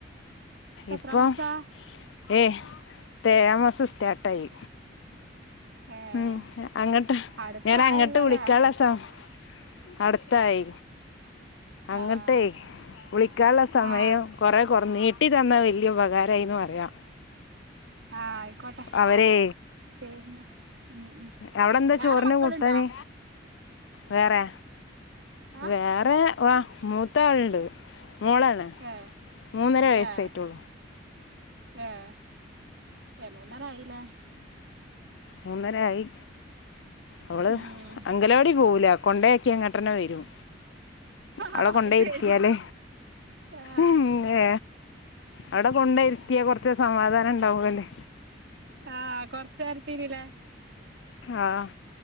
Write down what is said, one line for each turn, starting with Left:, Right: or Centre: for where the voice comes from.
Right: ഇപ്പ
Left: ഇപ്പം
Right: എത്ര മാസാ
Left: ഏ തേഴാമാസം സ്റ്റാട്ടായി
Right: ഏഹ്
Left: മ് അങ്ങട്ട്
Right: അടുത്തായല്ലോല്ലേ
Left: ഞാൻ അങ്ങട്ട് വിളിക്കുനുള്ള ശ്രമ നട ട്ടായി അങ്ങട്ടെ
Right: ആഹ്
Left: വിളിക്കാള്ള സമയം
Right: ആഹ്
Left: കൊറേ കൊർ നീട്ടി തന്ന വെല്യാ ഉപകാരയിന്ന് പറയാം
Right: ആഹ ആയിക്കോട്ടെ
Left: അവരെ
Right: പിന്നെ ഉം ഉം
Left: അവിടെ എന്താ
Right: വേറെ
Left: ചോറിന്
Right: മക്കള്ണ്ടാ?
Left: കൂട്ടാന് വേറെ
Right: ആഹ്
Left: വേറേ വ മൂത്താ ആള്ണ്ട് മോളാണ്.
Right: ഏഹ്
Left: മൂന്നര വയസ്സായിട്ടുള്ളൂ
Right: ഏഹ് ഏഹ് ഏ മൂന്നര ആയില്ലേ?
Left: മൂന്നരായി അവള്
Right: ഉം
Left: അംഗലവാടി പോവുല കൊണ്ടയാക്കി ഇങ്ങോട്ടന്നെ വെരും അവള
Right: ആഹ്
Left: കൊണ്ടേയിരുത്തിയാല്
Right: ശരി ആഹ്
Left: ഉം ഏ അവ്ടെ കൊണ്ട ഇരിത്തിയാ കൊറച്ച് സമാധാനംണ്ടാവുല്ലേ
Right: ആ കൊർച്ചേരത്തിന് ലേ
Left: ആഹ്